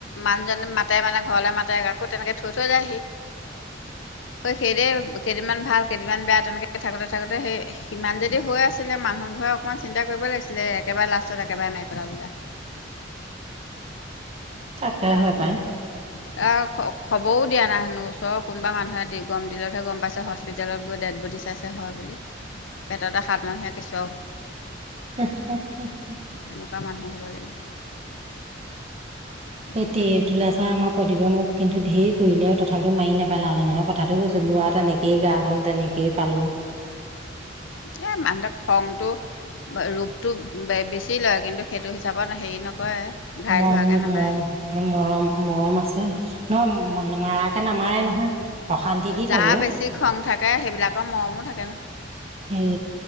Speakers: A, on the left; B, on the right.
A: মানুহজনে মাতে মানে ঘৰলে মাতে আকৌ তেনেকে থৈ থৈ যায়হি- অই সেইৰে কেইদিনমান ভাল কেইদিনমান বেয়া তেনেকে থাকোঁতে থাকোঁতে সেই ইমান যদি হৈ আছিলে মানুহ ঘৰে অকণমান চিন্তা কৰিব লাগিছিলে একেবাৰে লাষ্টত একেবাৰে মাৰি পেলালে যা
B: তাকেহে
A: অম
B: পাই
A: অখক খবৰো দিয়া নাই হেনো ওচৰৰ কোনোবা মানুহে দি গম দিলতহে গম পাইছে হস্পিটেলত গৈ ডেড বডি চাইছে হয় বুলি পেটত এটা হাতমহীয়া কেচুঁৱাও
B: অহ অহ অহ
A: এনেকুৱা মানুহ হ'ব লাগিব
B: সেইটটেৰি
A: কথা
B: এইটোলে ছাৰ আমক কই দিবি মোক কিন্তু ঢেৰ কৰিলে তথাপিতো মাৰি নেপেলালে নহয় কথাটো কৈছো লৰা তেনেকেই গা হল তেনেকেই পালোঁ-
A: এ মানুহটোৰ খংটো ৰূপটো বে বেছি লয় কিন্তু সেইটো হিচাপত হেৰি নকৰে- ঘাইল
B: মম
A: হোৱাকৈ নামাৰে
B: মম মৰম মৰম আছে। নহয় মাৰাকে নামাৰে নহয়। অশান্তি দি
A: যাৰ
B: থাকে
A: বেছি খং থাকে সেইবিলাকৰ মৰমো থাকে নহয়।
B: সেই